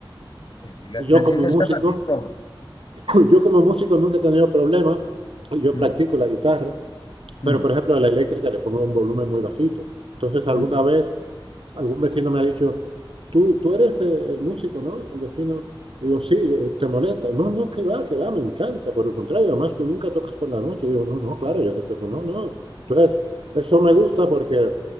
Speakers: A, on the left (about 55°); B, on the right (about 85°).
A: Sí, que,
B: yo
A: que
B: como
A: tiene
B: músico.
A: que ser recíproco.
B: Yo como músico nunca he tenido problemas, yo practico
A: Mm,
B: la guitarra,
A: mm,
B: pero por ejemplo a la eléctrica le pongo un volumen muy bajito. Entonces alguna
A: mm,
B: vez algún vecino me ha dicho, tú, tú eres eh, el músico, ¿no? El vecino, digo, sí, eh, te molesta. No, no, que va, que va, me encanta. Por el contrario, además tú nunca tocas por la noche. Digo, no, no, claro, yo respeto, no,
A: mm,
B: no. Entonces, eso me gusta porque